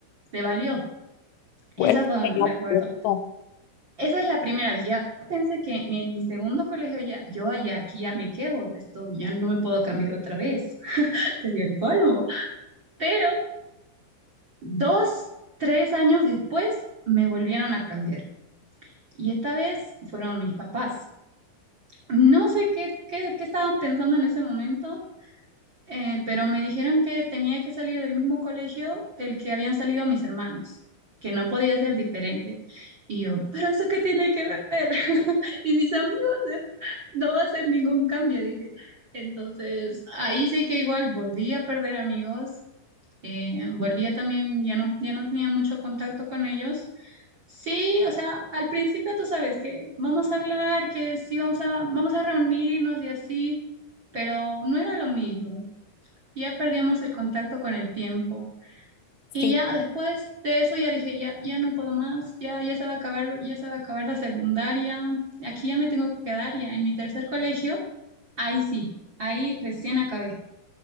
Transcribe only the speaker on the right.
le valió.
Esa fue
una, me
acuerdo.
Esa es la primera vez. Ya pensé que mi- en mi segundo colegio ya, yo ya aquí ya me quedo. Esto ya no me puedo cambiar otra vez. <laughs> Sería el colmo. Pero dos, tres años después me volvieron a cambiar. Y esta vez fueron mis papás. No sé qué, qué, qué estaban pensando en ese momento, eh, pero me dijeron que tenía que salir del mismo colegio del que habían salido mis hermanos, que no podía ser diferente. Y yo, ¿pero eso qué tiene que ver? <laughs> Y mis amigos, <laughs> eh, no va a ser ningún cambio, dije. Entonces, ahí sí que igual volví a perder amigos, eh, volví a también, ya no, ya no tenía mucho contacto con ellos. Sí, o sea, al principio tú sabes que vamos a hablar, que sí vamos a, vamos a reunirnos y así, pero no era lo mismo. Ya perdíamos el contacto con el tiempo. Y
ya después de eso ya dije, ya, ya no puedo más, ya, ya se va a acabar, ya se va a acabar la secundaria, aquí ya me tengo que quedar ya en mi tercer colegio. Ahí sí, ahí recién acabé.